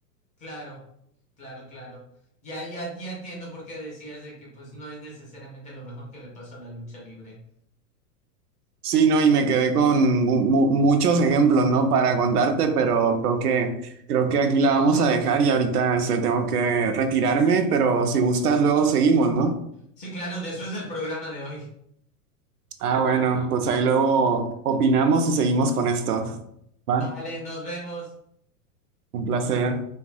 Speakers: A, on the left; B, on the right.
A: Claro, claro, claro. Ya, ya, ya entiendo por qué decías de que pues no es necesariamente lo mejor que le pasó a la lucha libre.
B: Sí, no, y me quedé con mu- mu- muchos ejemplos, ¿no? Para contarte, pero creo que creo que aquí la vamos a dejar y ahorita este, tengo que retirarme, pero si gustas luego seguimos, ¿no?
A: Sí, claro, de eso es el programa de hoy.
B: Ah, bueno, pues ahí luego opinamos y seguimos con esto. Va,
A: Vale, nos vemos.
B: un placer.